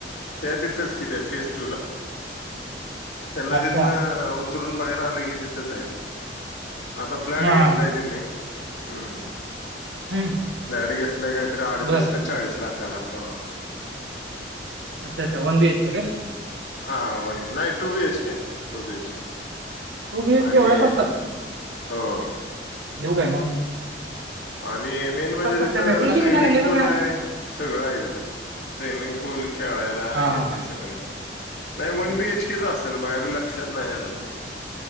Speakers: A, on the left (about 85°); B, on the right (about 85°).
A: त्या तिथंच कि फेस टूला, त्यांना
B: अच्छा
A: तितनं उतरून बाहेर आलं की तिथंच आहे ते. आता फ्लॅट
B: हा
A: घेतलाय
B: हा हा
A: त्यांनी. हम्म.
B: हम्म
A: फ्लॅट घेतलाय काहीतरी अडतीस
B: बर
A: का चाळीस लाखाला. हो.
B: अच्छा अच्छा वन बी. एच. के. का?
A: हा वन, नाही two B. H. K., two B. H. K.
B: Two B. H.
A: आणि
B: K., एवढ्या स्वस्तात.
A: हो
B: देऊ काय माव
A: आणि मेन म्हणजे
B: कसं
A: तिथं
B: काय भेटलं
A: स्विमिंग
B: गेले
A: पूल
B: बघा
A: आहे सगळं आहे तिथ. स्विमिंग पूल, खेळायला
B: हा
A: हे
B: हा हा
A: ते सगळं, नाही वन
B: तेच
A: बीएच केच असेल, माझ्या बी लक्षात नाही आलं नाही.